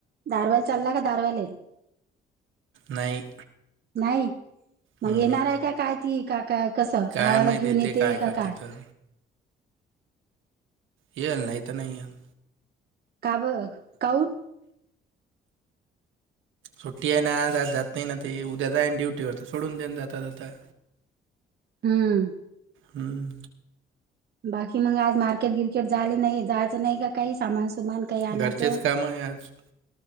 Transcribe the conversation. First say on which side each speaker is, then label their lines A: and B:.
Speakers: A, on the right (about 55°); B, on the right (about 80°).
A: दधारवाल चालला का दधारवाल <inaudible>
B: नाही
A: नाही मग
B: हम्म.
A: येणार आहे काय काय ती का काय कस
B: काय
A: भावाला
B: माहिती
A: घेऊन येते
B: ते
A: का
B: करते
A: काय
B: तर. ये नाही तर नाही आहे
A: का ब काऊ
B: सुट्टी आहे ना आज आज जात नाही ना ते उद्या जाईन ड्युटीवरर तर सोडून देन जाता जाता
A: हम्म
B: हम्म
A: बाकी मग आज मार्केट गिरकेट झाले नाही जायचं नाही काही सामान सुमान काही आणाचं
B: घरचेच कामं आहे आज.